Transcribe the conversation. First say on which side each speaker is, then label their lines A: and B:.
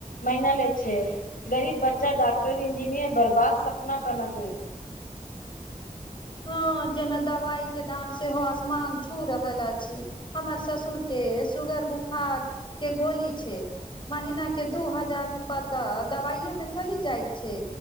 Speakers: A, on the left (about 85°); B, on the left (about 35°).
A: महिना लै छै गरीब बच्चा डॉक्टर इंजीनियर बनबाक सपना केना देख।
B: हँ जेना दवाई के दाम सेहो असमान छू रहल अछि। हमर ससुर के सुगर बुखार के गोली छै। महिना के दू हजार रूपा तऽ दवाइए मे चलि जाइत छै।